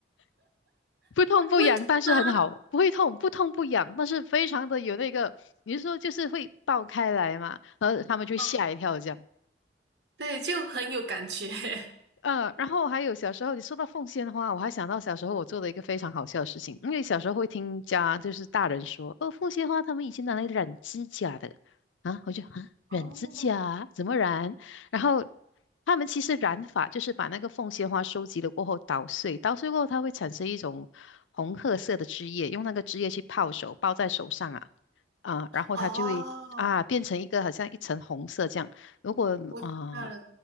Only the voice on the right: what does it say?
不会痛吗？
嗯，对，就很有感觉。<laughs>
哦
哦，
我知道了，